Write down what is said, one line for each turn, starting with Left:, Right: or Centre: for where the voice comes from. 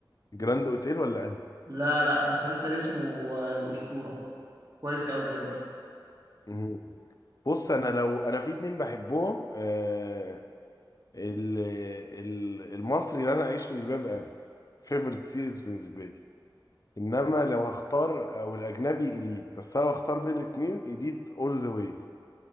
Left: جراند اوتيل ولا انهي
Right: لا لا مسلسل اسمه آه، الأسطورة كويس أوي بجد
Left: مم. بص انا لو انا في اتنين بحبهم آه، ال- ال- المصري اللي انا اعيش في جلباب ابي فيفورت سيريز بالنسبه لي انما لو هختار او الاجنبي اليت بس انا لو هختار بين الاثنين اليت اول ذا واي